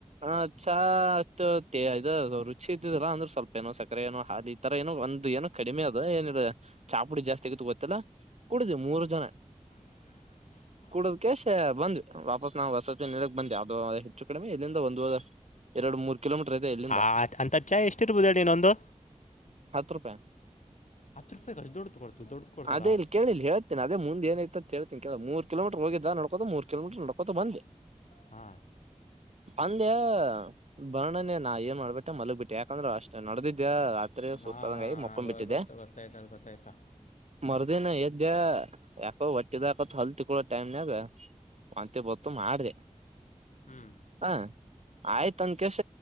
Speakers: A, on the right; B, on the left.
A: ಹಾ ಚಾ ಅಷ್ಟು ಇದು ರುಚಿ ಇದ್ದಲ್ಲಾ ಅಂದ್ರೆ ಸ್ವಲ್ಪ ಏನೋ ಸಕ್ಕರೆ ಏನೋ ಹಾಲಿ ಈ ತರ ಏನೋ ಒಂದ್ ಏನೋ ಕಡಿಮೆ ಅದ ಏನ ಚಾಪುಡಿ ಜಾಸ್ತಿ ಆಗತ್ತು ಗೊತ್ತಿಲ್ಲ ಕುಡುದ್ವಿ ಮೂರು ಜನ.
B: <inaudible>
A: ಕೂಡದ ಕೇಶ್ ಬಂದ್ವಿ ವಾಪಸ್ ನಾವು ವಸತಿ ನಿಲಯಕ್ ಬಂದ್ವಿ ಅದು ಹೆಚ್ಚು ಕಡಿಮಿ ಅಲ್ಲಿಂದ ಒಂದ್ ಎರಡು ಮೂರ್ ಕಿಲೋಮೀಟರ್ ಅದೆ ಇಲ್ಲಿಂದ
B: ಆ ಅಂಥ ಚಾಯ್ ಎಷ್ಟಿರ್ಬೋದು ಹೇಳಿ ಇನ್ನೊಂದು
A: ಹತ್ತು ರೂಪಾಯಿ.
B: ಹತ್ತು ರೂಪಾಯಿಗೆ ಅಷ್ಟು ದೊಡ್ಡದು ಕೊಡ್ತು ದೊಡ್ಡದು ಕೊಡ್ತಾರಾ
A: ಅದೇ ಇಲ್ಲಿ ಕೇಳಿಲ್ಲಿ ಹೇಳ್ತಿನಿ ಅದೇ ಮುಂದೆ ಏನಾಯ್ತು ಅಂತ್ ಹೇಳ್ತಿನ್ ಕೇಳು ಮೂರ್ ಕಿಲೋ ಹೋಗಿದ್ದ ನಡ್ಕೋದು ಮೂರ್ ಕಿಲೋಮೀಟರ್ ನಡ್ಕೋತ ಬಂದ್ವಿ.
B: ಹಾ.
A: ಅಂದೆ ಬರ್ಣನೆ ನ ಎ ನ್ ಮಾಡ್ಬಿಟ್ಟೆ ಮಲಗ್ಬಿಟ್ಟೆ ಯಾಕಂದ್ರೆ ಅಷ್ಟ್ ನಡದಿದ್ದೆ ರಾತ್ರಿ ಸುಸ್ತಾದಂಗ್
B: ಹಾಂ
A: ಆಗಿ ಮಕೊಂಡ್ ಬಿಟ್ಟಿದ್ದೆ.
B: ಗೊತ್ತ ಗೊತ್ತಾಯ್ತ ಗೊತ್ತಾಯ್ತಾ
A: ಮರುದಿನ ಎದ್ದೇ ಯಾಕೋ ಹೊ ಟ್ಟಿದಕತ್ ಹಲ್ ತಿಕ್ಕೊಳೋ ಟೈಮ್ನಾಗ ವಾಂತಿ ಬತ್ತು ಮಾಡ್ದೆ.
B: ಹ್ಮ್.
A: ಹಾ ಆಯ್ತ್ ಅಂದ ಕೆಸ